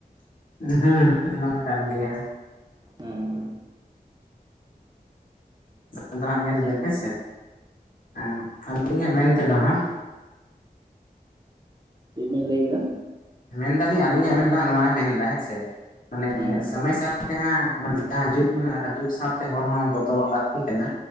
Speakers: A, on the left; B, on the right.
A: ᱦᱮᱸ ᱚᱱᱟᱢᱟ ᱠᱟᱱ ᱜᱮᱭᱟ᱾
B: ᱦᱮᱸ᱾
A: ᱟᱫᱚ ᱦᱟᱸᱜ ᱧᱮᱞ ᱵᱮᱱ ᱦᱮᱸᱥᱮ᱾ ᱟᱸ ᱟᱹᱞᱤᱧᱟᱜ ᱢᱮᱱ ᱛᱮᱫᱚ ᱦᱟᱸᱜ
B: ᱪᱮᱫ ᱵᱤᱱ ᱞᱟᱹᱭ ᱠᱮᱫᱟ
A: ᱟᱸ᱾ ᱢᱮᱱᱫᱟᱞᱤᱧ ᱟᱹᱞᱤᱧᱟᱜ ᱢᱮᱱ ᱫᱚ ᱦᱟᱸᱜ ᱱᱚᱣᱟᱭ ᱢᱮᱱᱫᱟ ᱦᱮᱸ ᱥᱮ ᱢᱟᱱᱮ
B: ᱦᱮᱸ
A: ᱥᱚᱢᱚᱭ ᱥᱟᱶᱛᱮ ᱦᱟᱸᱜ ᱡᱟᱦᱟᱸ ᱡᱩᱜᱽ ᱢᱮᱱᱟᱜ ᱟᱠᱟᱫ, ᱡᱩᱜᱽ ᱥᱟᱶᱛᱮ ᱦᱚᱲ ᱦᱚᱸ ᱵᱚᱫᱚᱞ ᱞᱟᱹᱠᱛᱤ ᱠᱟᱱᱟ᱾